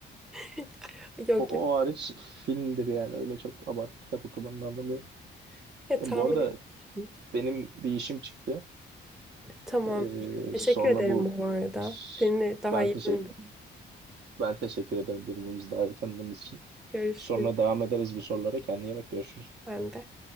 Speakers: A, in the centre; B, on the right.
A: <laughs> Yok
B: O,
A: yok.
B: o hariç filmdir yani öyle çok abartı kitap okumanın anlamı yok.
A: Ya,
B: E,
A: tahmin
B: bu arada
A: etmiştim.
B: benim bir işim çıktı.
A: Tamam.
B: Ee,
A: Teşekkür
B: sonra
A: ederim
B: bu
A: bu arada.
B: s-
A: Seni daha
B: ben
A: iyi
B: teşekkür
A: tanıdım.
B: ben teşekkür ederim birbirimizi daha iyi tanıdığımız için.
A: Görüşürüz.
B: Sonra devam ederiz bu sorulara. Kendine iyi bak görüşürüz.
A: Ben de.